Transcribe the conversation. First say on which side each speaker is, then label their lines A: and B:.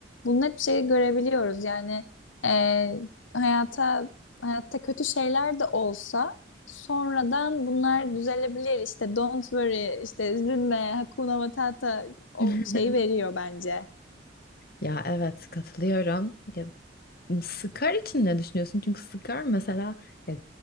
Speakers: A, on the left; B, on the left.
A: bunu hep şey görebiliyoruz yani. e, hayata hayatta kötü şeyler de olsa sonradan bunlar düzelebilir. İşte don't worry, işte üzülme, hakuna matata o
B: <laughs>
A: şeyi veriyor bence.
B: Ya evet katılıyorum. Ya, Scar için ne düşünüyorsun? Çünkü Scar mesela ya,